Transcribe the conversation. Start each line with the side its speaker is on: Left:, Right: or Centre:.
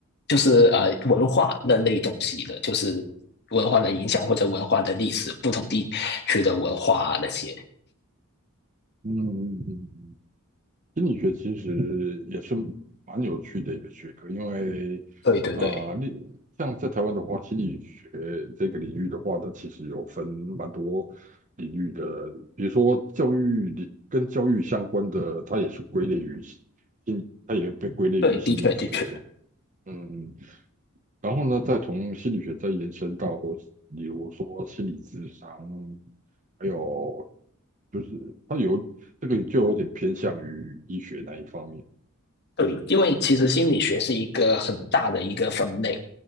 Left: 就是呃文化那类东西的，就是文化的影响或者文化的历史，不同地区的文化啊那些。
Right: 嗯嗯嗯。嗯嗯心理学其实也是蛮有趣的一个学科，因为啊，
Left: 对对对
Right: 例、像在台湾的话，心理学这个领域的话，它其实有分蛮多领域的，比如说教育领跟教育相关的，它也是归类于心，它也被归类于心理学。
Left: 对，的确的确
Right: 嗯，然后呢，再从心理学再延伸到，比如说心理智商，还有就是它有这个就有点偏向于医学那一方面。
Left: 对，因为其实心理学是一个很大的一个分类，